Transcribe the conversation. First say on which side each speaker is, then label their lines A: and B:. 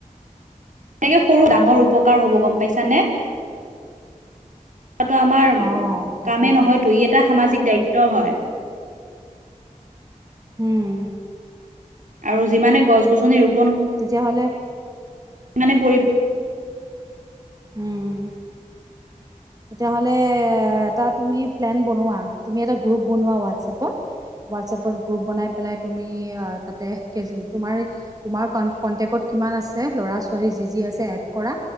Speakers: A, on the right; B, on the right.
A: তাকে সৰু ডাঙৰ উপকাৰ হ'ব গম পাইছানে। টো আমাৰ
B: অঁ তাকে
A: কামেই নহয়তো ই এটা সামাজিক দায়িত্ব হয়।
B: হম।
A: আৰু যিমানেই গছ গছনি ৰূপ
B: তেতিয়াাহ'লে
A: মানে পৰি
B: উম। তেতিয়াহ'লে এটা তুমি প্লেন বনোৱা, তুমি এটা গ্ৰুপ বনোৱা হোৱাটছএপত। হোৱাটছএপত গ্ৰুপ বনাই পেলাই তুমি আ তাতে কেই তোমাৰ তোমাৰ কনটেক্টত কিমান আছে ল'ৰা-ছোৱালী যি যি আছে এড কৰা,